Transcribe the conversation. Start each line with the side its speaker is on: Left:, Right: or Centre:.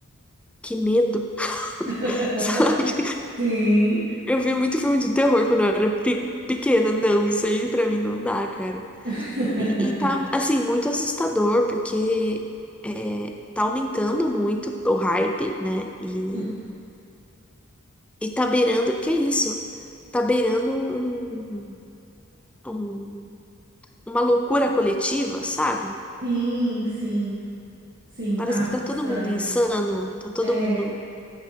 Centre: que medo, <laughs>
Right: <laughs>
Centre: sabe?
Right: Sim.
Centre: Eu vi muito filme de terror quando eu era pe- pequena. Não, isso aí pra mim não dá, cara.
Right: <laughs>
Centre: E, e tá, assim, muito assustador, porque eh, tá aumentando muito o hype, né? E,
Right: Uhum.
Centre: e tá beirando, que é isso? Tá beirando um, um- uma loucura coletiva, sabe?
Right: Sim, sim, sim,
Centre: Parece
Right: tá muito
Centre: que tá todo
Right: estranho.
Centre: mundo insano, tá todo
Right: É,
Centre: mundo